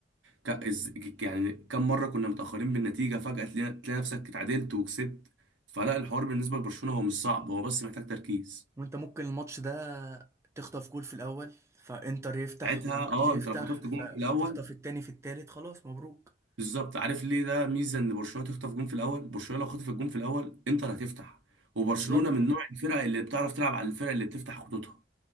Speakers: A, on the right; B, on the right.
A: ك... إز... يعني كم مره كنا متاخرين بالنتيجه فجاه تلاقي تلاقي نفسك اتعادلت وكسبت فلا الحوار بالنسبه لبرشلونه هو مش صعب هو بس محتاج تركيز
B: وانت ممكن الماتش ده تخطف جول في الاول فانتر يفتح
A: ساعتها
B: والماتش
A: اه
B: يفتح
A: انت لو خطفت
B: فتخطف
A: جون في الاول
B: التاني في التالت خلاص مبروك
A: بالظبط عارف ليه ده ميزه ان برشلونه تخطف جون في الاول برشلونه لو خطفت جون في الاول انتر هتفتح وبرشلونه
B: بالظبط
A: من نوع الفرق اللي بتعرف تلعب على الفرق اللي بتفتح خطوطها